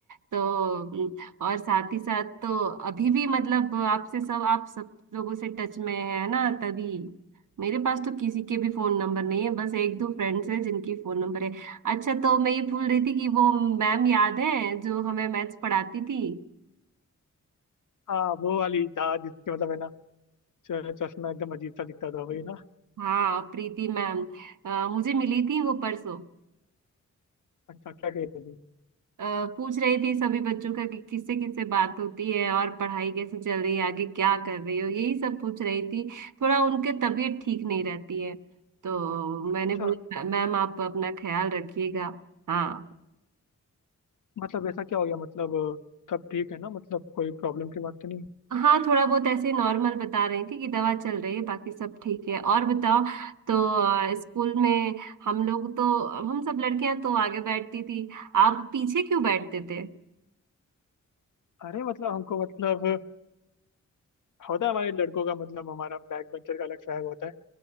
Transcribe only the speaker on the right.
तो उम, और साथ ही साथ तो अभी भी मतलब आपसे सब आप सब लोगों से टच में है ना तभी मेरे पास तो किसी के भी फोन नंबर नहीं है बस एक दो फ्रेंड्स हैं जिनकी फोन नंबर है अच्छा तो मैं ये भूल रही थी कि वो मैम याद है जो हमें मैथ्स पढ़ाती थी
हाँ प्रीति मैम अ, मुझे मिली थी वो परसों
अ, पूछ रही थी सभी बच्चों का कि किससे किससे बात होती है और पढ़ाई कैसी चल रही है आगे क्या कर रही हो यही सब पूछ रही थी थोड़ा उनके तबीयत ठीक नहीं रहती है तो मैंने
बोला मैम आप अपना ख्याल रखिएगा हाँ
हाँ थोड़ा बहुत ऐसे नॉर्मल बता रही थी कि दवा चल रही है बाकी सब ठीक है और बताओ तो अ, स्कूल में हम लोग तो हम सब लड़कियां तो आगे बैठती थी आप पीछे क्यों बैठते थे